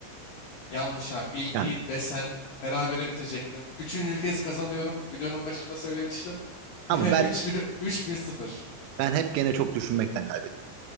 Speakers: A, on the left (about 75°); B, on the right (about 85°).
A: Yanlış abi. Bilgiyi
B: Yani.
A: desen berabere bitirecektin. Üçüncü kez kazanıyorum. Videonun başında söylemiştim. <laughs>
B: Ama ben
A: Üç bir üç bir sıfır.
B: ben hep gene çok düşünmekten kaybediyorum.